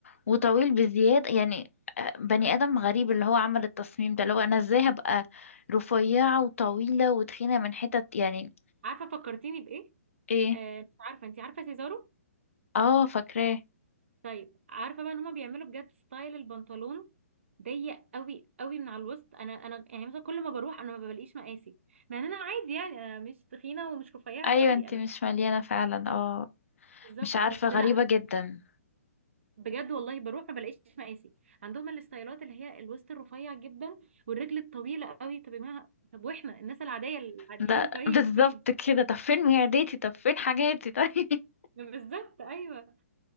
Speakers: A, on the left; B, on the right.
A: وطويل بزيادة يعني آه، بني آدم غريب اللي هو عمل التصميم ده اللي هو أنا ازاي هبقى رفيعة وطويلة وتخينة من حتت يعني
B: عارفة فكرتيني بإيه
A: ايه
B: آه، مش عارفه انت عارفه سيزارو
A: اه فاكراه
B: طيب عارفه بقى ان هما بيعملوا بجد ستايل البنطلون ضيق قوي قوي من على الوسط انا انا يعني مثلا كل ما بروح انا ما بلاقيش مقاسي مع ان انا عادي يعني انا مش تخينه ومش رفيعه
A: ايوه
B: قوي
A: انت
B: انا
A: مش مليانة فعلا اه
B: بالظبط
A: مش عارفة
B: بس
A: غريبة
B: لا
A: جدا
B: بجد والله بروح ما بلاقيش مقاسي عندهم الستايلات اللي هي الوسط الرفيع جدا والرجل الطويله قوي طب يا جماعه طب واحنا الناس العاديه العاديين
A: ده
B: طيب
A: <laughs> بالظبط
B: فين
A: كده طب فين معدتي طب فين حاجاتي طيب <laughs>
B: بالظبط ايوه